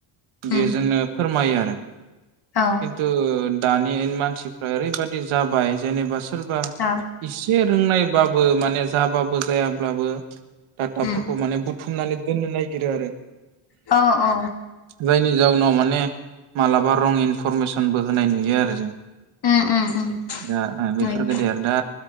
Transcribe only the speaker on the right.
बेयो जोंनो फोरमायो आरो।
खिन्थु दानि मानसिफ्रा ओरैबायाददि जाबाय जेनेबा सोर बा
इ जे रोंनायबाबो माने जाबाबो जायाब्लाबो टाटाफोरखौ
माने बुथुमनानै दोननो नागिरो आरो
जायनि जाउनाव माने मालाबा रं इनफरमेस ओनबो होनाय नुयो आरो जों
दा ओ
बेफोर गोदेर दा